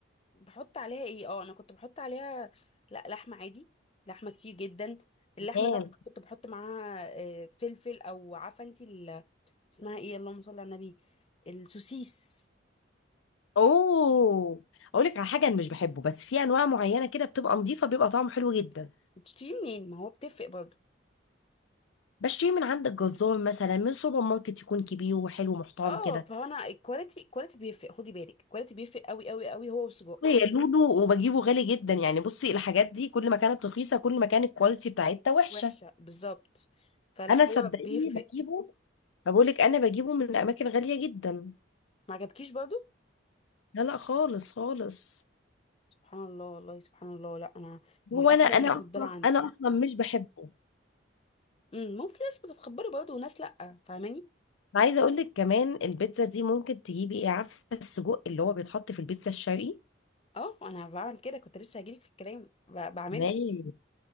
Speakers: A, on the left; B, on the left.
A: بحط عليها ايه اه انا كنت بحط عليها لا لحمه عادي لحمه كتير جدا اللحمه
B: تمام
A: طبعا كنت بحط معاها آه، فلفل او عارفه انت ال- اسمها ايه اللهم صل على النبي السوسيس
B: اوه اقول لك على حاجه انا مش بحبه بس في انواع معينه كده بتبقى نظيفه بيبقى طعمه حلو جدا
A: بتشتري منين ما هو بتفرق برضه
B: بشتري من عند الجزار مثلا من سوبر ماركت يكون كبير وحلو محترم
A: اه
B: كده
A: فهو انا الكواليتي الكواليتي بيفرق خدي بالك الكواليتي بيفرق قوي قوي قوي هو والسجق
B: هي لودو وبجيبه غالي جدا يعني بصي الحاجات دي كل ما كانت رخيصه كل ما كانت الكواليتي بتاعتها وحشه
A: وحشه بالظبط فلا
B: انا
A: هو
B: صدقيني
A: بيفرق
B: بجيبه بقول لك انا بجيبه من اماكن غاليه جدا
A: ما عجبكيش برضه
B: لا لا خالص خالص
A: سبحان الله والله سبحان الله لا انا دي
B: هو
A: الاكله
B: انا انا
A: المفضله
B: اصلا
A: عندي
B: انا اصلا مش بحبه
A: امم ممكن ناس بتتخبري برضه وناس لا فاهماني
B: أنا عايزه اقول لك كمان البيتزا دي ممكن تجيبي ايه عارفه السجق اللي هو بيتحط في البيتزا الشرقي
A: اه انا بعمل كده كنت لسه هجيلك في الكلام ب- بعملها
B: تمام